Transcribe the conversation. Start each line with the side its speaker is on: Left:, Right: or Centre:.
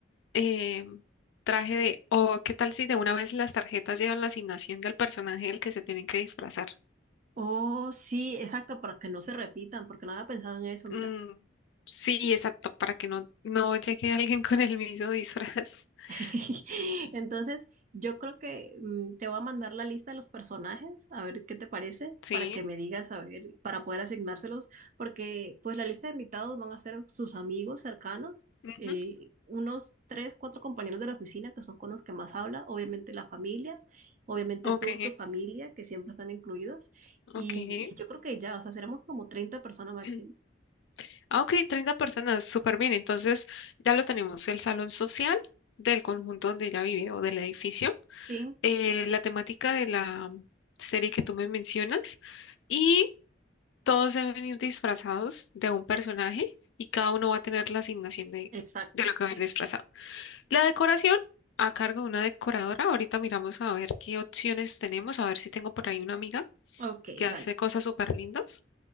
Left: eh, traje de, o qué tal si de una vez las tarjetas llevan la asignación del personaje del que se tienen que disfrazar.
Right: Oh, sí, exacto, para que no se repitan, porque no había pensado en eso, mira.
Left: Mm, sí, exacto, para que no, no llegue alguien con el mismo disfraz. <laughs>
Right: <laughs> Entonces, yo creo que mm, te voy a mandar la lista de los personajes, a ver qué te parece,
Left: Sí.
Right: para que me digas, a ver, para poder asignárselos, porque pues la lista de invitados van a ser sus amigos cercanos,
Left: ujú,
Right: eh, unos tres, cuatro compañeros de la oficina que son con los que más habla, obviamente la familia, obviamente
Left: Ok,
Right: tú y tu familia, que siempre están incluidos, y,
Left: ok.
Right: y yo creo que ya, o sea, seremos como treinta personas máximo.
Left: <clears throat> Ah, ok, 30 personas, súper bien. Entonces ya lo tenemos, el salón social del conjunto donde ella vive o del edificio,
Right: Sí,
Left: eh, la temática de la serie que tú me mencionas y todos deben ir disfrazados de un personaje y cada uno va a tener la asignación de,
Right: exacto,
Left: de lo que
Right: sí,
Left: va a ir disfrazado.
Right: sí.
Left: La decoración a cargo de una decoradora. Ahorita miramos a ver qué opciones tenemos, a ver si tengo por ahí una amiga
Right: Ok,
Left: que hace
Right: vale.
Left: cosas súper lindas.